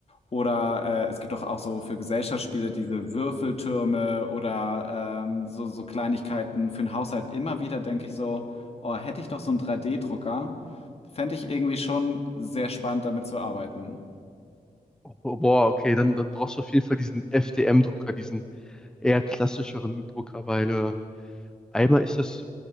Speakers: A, on the left; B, in the centre.
A: Oder äh, es gibt doch auch so für Gesellschaftsspiele diese Würfeltürme oder ähm, so, so Kleinigkeiten für den Haushalt. Immer wieder denke ich so, oh, hätte ich doch so einen 3D-Drucker, fände ich irgendwie schon sehr spannend, damit zu arbeiten.
B: Oh, boah, okay, dann, dann brauchst du auf jeden Fall diesen FDM-Drucker, diesen eher klassischeren Drucker, weil äh, einmal ist das